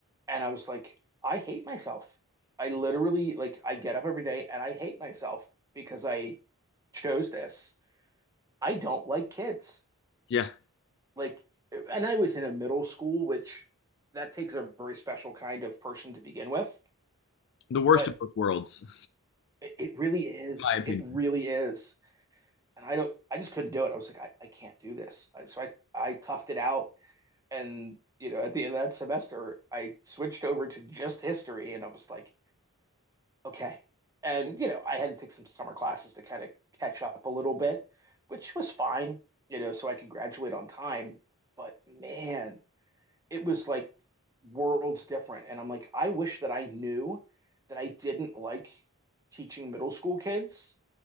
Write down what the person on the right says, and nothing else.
And I was like, I hate myself. I literally, like, I get up every day and I hate myself because I chose this. I don't like kids.
like and I was in a middle school, which that takes a very special kind of person to begin with,
but
it, really is.
It really is. And I don't I just couldn't do it. I was like, I, I can't do this. so I I toughed it out and you know, at the end of that semester, I switched over to just history and I was like, okay. And you know, I had to take some summer classes to kind of catch up a little bit, which was fine, you know, so I could graduate on time. But man, it was like worlds different. And I'm like, I wish that I knew that I didn't like teaching middle school kids